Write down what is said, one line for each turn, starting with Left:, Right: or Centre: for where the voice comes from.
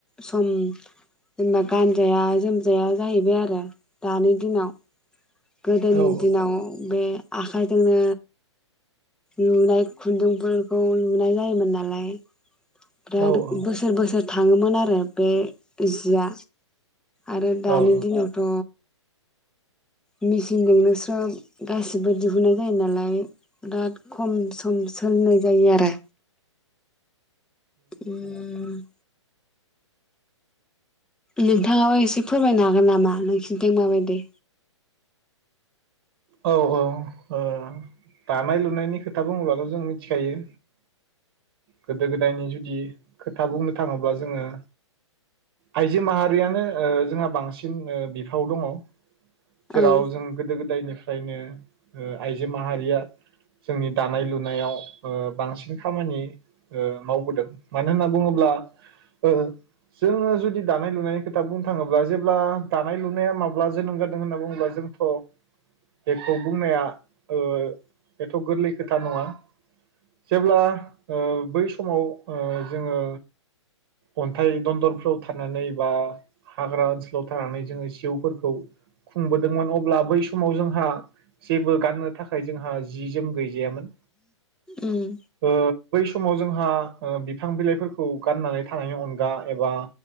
Centre: सम जेनेबा गानजाया जोमजाया जाहैबाय आरो दानि दिनाव गोदोनि
Right: औ
Centre: दिनाव बे आखायजोंनो लुनाय खुन्दुंफोरखौ लुनाय जायोमोन नालाय <unintelligible>
Right: औ औ
Centre: बोसोर बोसोर थाङोमोन आरो बे जिया। आरो
Right: औ
Centre: दानि
Right: औ
Centre: दिनावथ मिसिजोंनो स्रोब गासिबो दिहुननाय जायो नालाय बिराद खम सम सोलिनाय जायो आरो उम <inaudible> नोंथाङाबो एसे फोरमायनो हागोन नामा नोंसिनिथिं माबायदि?
Right: औ औ ओ दानाय लुनायनि खोथा बुङोब्लाथ' जों मिथिखायो गोदो गोदायनि जुदि खोथा बुंनो थाङोब्ला जोङो आइजो माहारियानो ओ जोंहा बांसिन ओ बिफाव दङ। जेराव
Centre: औ
Right: जों गोदो गोदायनिफ्रायनो ओ आइजो माहारिया जोंनि दानाय लुनायाव ओ बांसिन खामानि ओ मावबोदों मानो होनना बुङोब्ला ओ जोङो जुदि दानाय लुनायनि खोथा बुंनो थाङोब्ला जेब्ला दानाय लुनाया माब्ला जोनोम जादों होनना बुङोब्ला जोंथ' बेखौ बुंनाया ओ एथ' गोरलै खोथा नङा जेब्ला ओ बै समाव ओ जोङो अन्थाइ दन्दरफ्राव थानानै बा हाग्रा ओनसोलाव थानानै जोङो जिउफोरखौ खुंबोदोंमोन अब्ला बै समाव जोंहा जेबो गाननो थाखाय जोंहा जि जोम गैजायामोन
Centre: उम
Right: ओ बै समाव जोंहा ओ बिफां बिलाइफोरखौ गाननानै थानायनि अनगा एबा